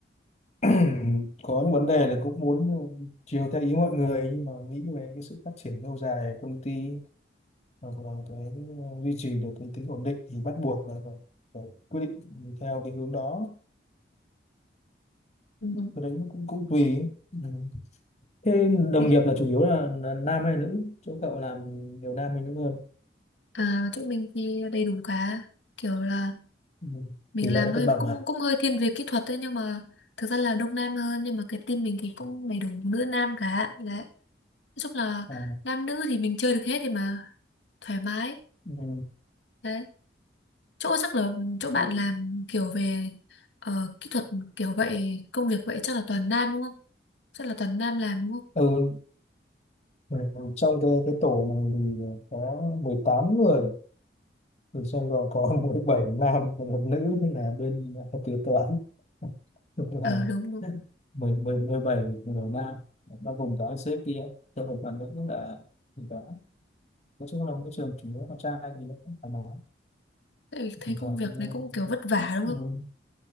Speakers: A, on the left (about 35°); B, on the left (about 80°).
A: <clears throat> có những vấn đề là cũng muốn chiều theo ý mọi người nhưng mà nghĩ về cái sự phát triển lâu dài của công ty hoặc là cái ờ, duy trì được cái tính ổn định thì bắt buộc là phải, phải quyết định theo cái hướng đó
B: đúng, đúng.
A: cái đấy nó cũng cũng tùy ừ. Thế đồng
B: Okay.
A: nghiệp là chủ yếu là, là nam hay nữ? Chỗ cậu làm nhiều nam hay nữ hơn?
B: À, chỗ mình thì đầy đủ cả kiểu là
A: Ừ.
B: mình
A: Tỷ lệ
B: làm
A: là
B: hơi
A: cân bằng
B: cũng
A: à?
B: cũng hơi thiên về kỹ thuật đấy nhưng mà thực ra là đông nam hơn nhưng mà cái team mình thì cũng đầy đủ nữ nam cả đấy nói chung là
A: À,
B: nam nữ thì mình chơi được hết thì mà thoải mái
A: ừ.
B: đấy chỗ chắc là chỗ bạn
A: Thế-
B: làm kiểu về ờ, kỹ thuật kiểu vậy công việc vậy chắc là toàn nam đúng không chắc là toàn nam làm đúng không
A: ừ, ừ, trong cái cái tổ này thì có 18 người rồi trong đó có <laughs> mỗi bảy nam và một nữ là bên ờ, kế toán Ngược lại
B: à đúng đúng
A: mười mười mười bảy người nam bao gồm cả ông sếp kia tôi phải phản ứng là thì đó nói chung là môi trường chủ yếu con trai thì nó cũng phải nói
B: tại vì thấy
A: thỉnh
B: công
A: thoảng
B: việc
A: thì,
B: này cũng kiểu vất vả
A: ừ,
B: đúng không